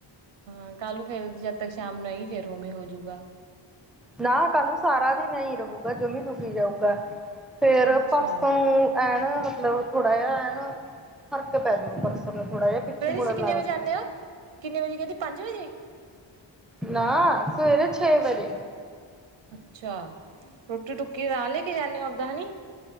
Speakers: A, on the right; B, in the centre.
A: ਹਾਂ ਕੱਲ ਫੇਰ ਜਦ ਤੱਕ ਸ਼ਾਮ ਨੂੰ ਆਈਂ ਫੇਰ ਉਵੇਂ ਹੋਜੂਗਾ।
B: ਨਾ ਕੱਲ ਨੂੰ ਸਾਰਾ ਦਿਨ ਏਹੀ ਰਹੁਗਾ ਜੋਮੀ ਦੁਖੀ ਜਾਊਗਾ ਫੇਰ
A: ਅੱਛਾ
B: ਪਰਸੋਂ ਐਨ ਮਤਲਬ ਥੋੜਾ ਜਿਹਾ ਐ ਨਾ ਫ਼ਰਕ ਪੈ ਜੂਗਾ ਪਰਸੋਂ ਨੂੰ ਥੋੜਾ ਜਿਹਾ। ਪਿੱਛੇ
A: ਸਵੇਰੇ
B: ਮੁੜਨ
A: ਤੁਸੀਂ ਕਿਨੇ
B: ਲੱਗ
A: ਵਜੇ
B: ਜੂਗੀ
A: ਆਦੇ ਹੋ ਕਿੰਨੇ ਵਜੇ ਕਹਿੰਦੀ ਪੰਜ ਵਜੇ।
B: ਨਾ ਸਵੇਰੇ ਛੇ ਵਜੇ।
A: ਅੱਛਾ ਰੋਟੀ ਟੁਕੀ ਨਾਲ ਲੈ ਕੇ ਜਾਂਦੇ ਉਦਾ ਹਨੀ।